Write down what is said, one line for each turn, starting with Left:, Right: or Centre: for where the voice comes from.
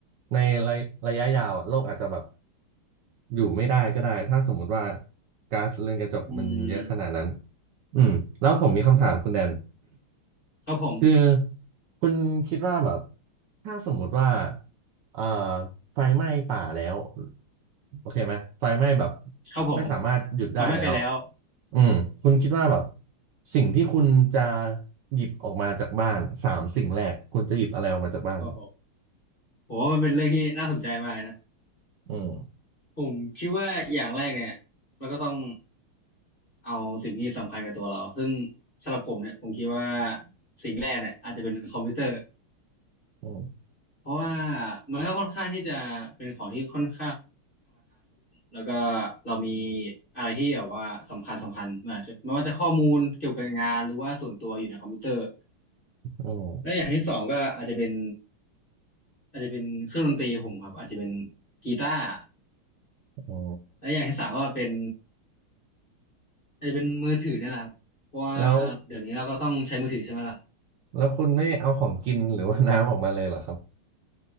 Right: ในระระยะยาวอ่ะโลกอาจจะแบบอยู่ไม่ได้ก็ได้ถ้าสมมุติว่าก๊าซเรือนกระจกมันเยอะขนาดนั้น
Left: อืม
Right: อืมแล้วผมมีคำถามคุณแดน
Left: ครับผม
Right: คือคุณคิดว่าแบบถ้าสมมุติว่าเอ่อไฟไหม้ป่าแล้วโอเคไหมไฟไหม้แบบ
Left: ครับผม
Right: ไม่สามารถหยุดได้แล้ว
Left: ไฟไม้ไปนแล้ว
Right: อืมคุณคิดว่าแบบสิ่งที่คุณจะหยิบออกมาจากบ้านสามสิ่งแรกคุณจะหยิบอะไรออกมาจากบ้าน
Left: โอ้โหผมว่ามันเป็นเรื่องที่น่าสนใจมากนะ
Right: อืม
Left: ผมคิดว่าอย่างแรกเนี่ยเราก็ต้องเอาสิ่งที่สำคัญกับตัวเราซึ่งสำหรับผมเนี่ยผมคิดว่าสิ่งแรกเนี่ยอาจจะเป็นคอมพิวเตอร์
Right: อืม
Left: เพราะว่ามันก็ค่อนข้างที่จะเป็นของที่ค่อนข้าง แล้วก็เรามีอะไรที่แบบว่าสำคัญสำคัญมันอาจจะไม่ว่าจะข้อมูลเกี่ยวกับงานหรือว่าส่วนตัวอยู่ในคอมพิวเตอร์
Right: อืม
Left: แล้วอย่างที่สองก็อาจจะเป็นอาจจะเป็นเครื่องดนตรีของผมครับอาจจะเป็นกีตาร์
Right: อ๋อ
Left: แล้วอย่างที่สามก็เป็นอาจจะเป็นมือถือเนี่ยแหละครับเพราะว่า
Right: แล้ว
Left: เดี๋ยวนี้เราก็ต้องใช้มือถือใช่ไหมล่ะ
Right: แล้วคุณไม่เอาของกินหรือว่าน้ำออกมาเลยเหรอครับ